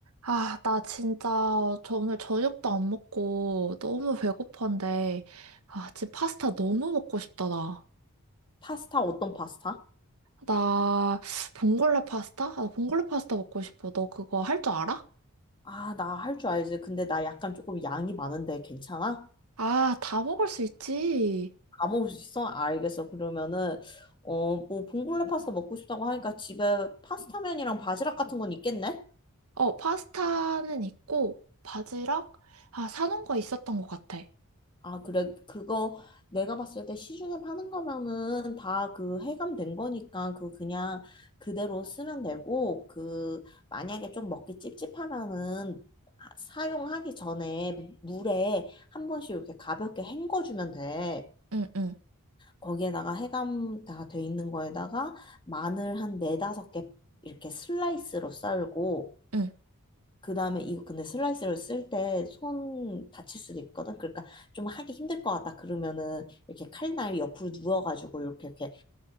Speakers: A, on the right; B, on the left.
A: 아, 나 진짜 저 오늘 저녁도 안 먹고 너무 배고픈데, 아, 지금 파스타 너무 먹고 싶다, 나.
B: 파스타 어떤 파스타?
A: 나 봉골레 파스타? 아, 봉골레 파스타 먹고 싶어. 너 그거 할 줄 알아?
B: 아, 나 할 줄 알지. 근데 나 약간 조금 양이 많은데 괜찮아?
A: 아, 다 먹을 수 있지.
B: 다 먹을 수 있어? 알겠어. 그러면은 어, 뭐 봉골레 파스타 먹고 싶다고 하니까 집에 파스타면이랑 바지락 같은 건 있겠네?
A: 어, 파스타는 있고, 바지락? 아, 사놓은 거 있었던 것 같아.
B: 아, 그래. 그거 내가 봤을 때 시중에 파는 거면은 다 그 해감된 거니까 그 그냥 그대로 쓰면 되고 그 만약에 좀 먹기 찝찝하면은 하- 사용하기 전에 물에 한 번씩 이렇게 가볍게 헹궈주면 돼.
A: 응, 응,
B: 거기에다가 해감 다 돼 있는 거에다가 마늘 한 네다섯 개 이렇게 슬라이스로 썰고
A: 응,
B: 그다음에 이거 근데 슬라이스를 쓸 때 손 다칠 수도 있거든. 그러니까 좀 하기 힘들 것 같다. 그러면은 이렇게 칼날 옆으로 누워가지고 이렇게 이렇게